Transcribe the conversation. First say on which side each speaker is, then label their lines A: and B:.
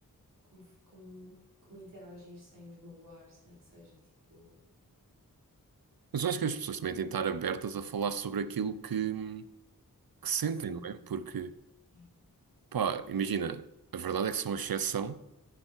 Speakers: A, on the right (about 65°); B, on the right (about 80°).
A: como, f- como, como interagir sem os magoar, sem que seja tipo.
B: Mas eu acho que as pessoas também têm de estar abertas a falar sobre aquilo que, que sentem,
A: Sim.
B: não é? Porque,
A: Sim.
B: pá, imagina, a verdade é que são exceção.